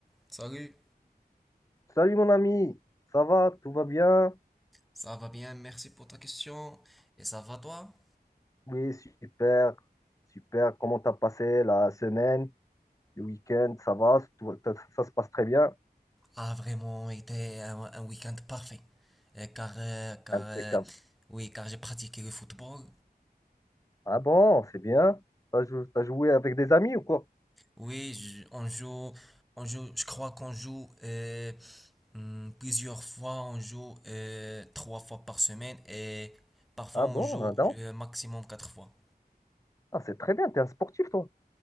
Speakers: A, in the centre; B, on the left (about 20°).
A: Salut,
B: Salut mon ami, ça va, tout va bien?
A: ça va bien, merci pour ta question. Et ça va toi?
B: Oui, super, super. Comment t'as passé la semaine, le week-end? Ça va, tout- ça, ça se passe très bien,
A: a vraiment été un, un week-end parfait. Euh, car, euh, car,
B: impeccable.
A: euh, oui, car j'ai pratiqué le football.
B: Ah bon, c'est bien. T'as jou- t'as joué avec des amis ou quoi?
A: Oui, je- on joue, on joue, je crois qu'on joue euh, hmm, plusieurs fois. On joue euh, trois fois par semaine et parfois
B: Ah
A: on
B: bon,
A: joue
B: ah non.
A: euh, maximum quatre fois.
B: Ah, c'est très bien, t'es un sportif toi.